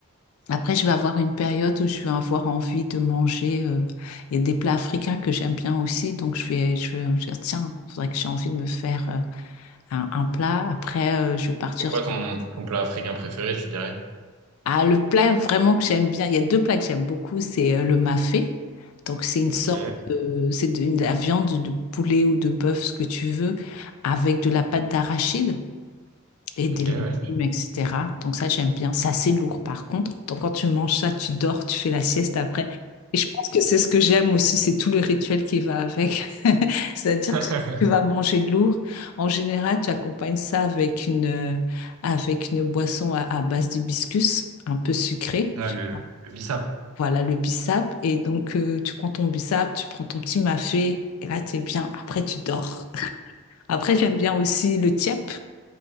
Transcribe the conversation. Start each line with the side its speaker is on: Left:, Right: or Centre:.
Left: Après, je vais avoir une période où je vais avoir envie de manger. euh, Il y a des plats africains que j'aime bien aussi, donc je vais, je vais, je vais dire, tiens, faudrait que j'ai envie de me faire euh, un, un plat. Après, euh, je vais partir.
Right: C'est quoi ton, ton plat africain préféré, tu dirais?
Left: Ah, le plat vraiment que j'aime bien, il y a deux plats que j'aime beaucoup, c'est euh, le mafé. Donc c'est une sorte
Right: Ok,
Left: de, c'est de, une- de la viande de poulet ou de bœuf, ce que tu veux, avec de la pâte d'arachide et des
Right: ok,
Left: légumes,
Right: ouais.
Left: etc. Donc ça, j'aime bien. C'est assez lourd, par contre. Donc quand tu manges ça, tu dors, tu fais la sieste après. Et je pense que c'est ce que j'aime aussi, c'est tout le rituel qui va avec. <laughs> C'est-à-dire,
Right: <laughs>
Left: tu, tu vas manger lourd. En général, tu accompagnes ça avec une, euh, avec une boisson à, à base d'hibiscus, un peu sucrée.
Right: Ah,
Left: Tu-
Right: le, le bissap.
Left: Voilà, le bissap. Et donc, euh, tu prends ton bissap, tu prends ton petit mafé, et là, t'es bien. Après, tu dors. <laughs> Après, j'aime bien aussi le tiep.